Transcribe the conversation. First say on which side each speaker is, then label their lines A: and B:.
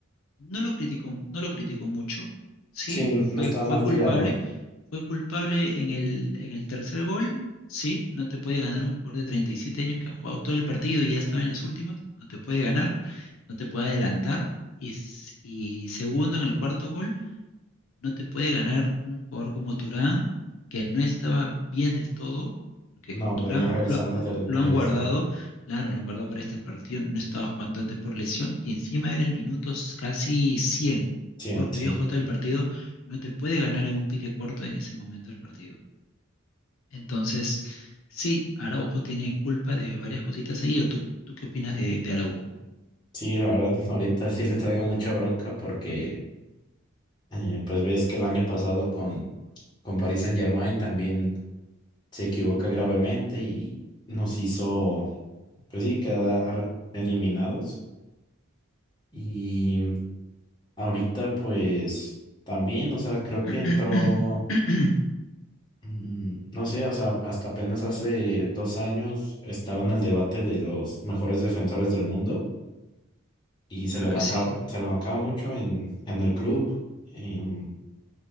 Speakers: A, on the left; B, on the left.
A: no lo criticó, no lo criticó mucho, sí,
B: Sí,
A: fue,
B: no estaba
A: fue
B: mal
A: culpable,
B: tirado.
A: fue culpable en el, en el tercer gol, sí, no te puede ganar un jugador de 37 años que ha jugado todo el partido y ya estaba en las últimas, no te puede ganar, no te puede adelantar, y, s- y segundo en el cuarto gol, no te puede ganar un jugador como Turán, que no estaba bien del todo, porque
B: No, venía
A: Turán
B: regresando
A: lo,
B: del-
A: lo
B: de,
A: han
B: lesión.
A: guardado, claro, lo han guardado para este partido, no estaba jugando antes por lesión, y encima era el minuto casi 100,
B: Sí,
A: porque
B: sí.
A: había jugado todo el partido, no te puede ganar en un pique corto en ese momento del partido. Entonces, sí, Araujo tiene culpa de varias cositas ahí, ¿o tú, tú qué opinas de, de Araujo?
B: Sí, la verdad, <laughs> ahorita sí le traigo mucha bronca porque, eh, pues ves que el año pasado con, con Paris Saint-Germain también se equivoca gravemente y nos hizo, pues sí, quedar eliminados. Y ahorita, pues también, o sea, creo
A: <coughs>
B: que entró,
A: <clears throat>
B: mm, no sé, o sea, hasta apenas hace dos años estaba en el debate de los mejores defensores del mundo. y se
A: Claro
B: le
A: que
B: bancaba,
A: sí,
B: se le bancaba mucho en, en el club, em,